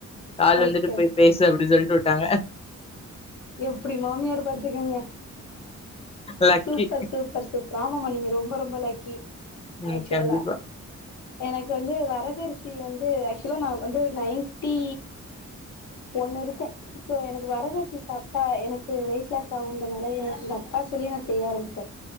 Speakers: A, on the left; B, on the left.
A: கால்
B: ஓகே
A: வந்துட்டு போய்
B: ஓகே
A: பேசு அப்படின்னு சொல்லிட்டு வுட்டாங்க
B: எப்டி மாமியார் பாத்துக்கங்க
A: லக்கி
B: சூப்பர் சூப்பர் சூப்பர் ஆமாமா நீங்க ரொம்ப ரொம்ப லக்கி
A: ம்
B: ஆக்ஸ்வலா
A: கண்டிப்பா
B: எனக்கு வந்து வரகரிசி தி வந்து ஆக்சுவலா நா வந்து நயன்டி ஒன் இருக்கே சோ எனக் வரகரிசி சாப்பிட்டா எனக்கு வெயிட் லாஸ் ஆகுன்றனால எனக்கு எங் அக்கா சொல்லி நா செய்ய ஆரம்பிச்சே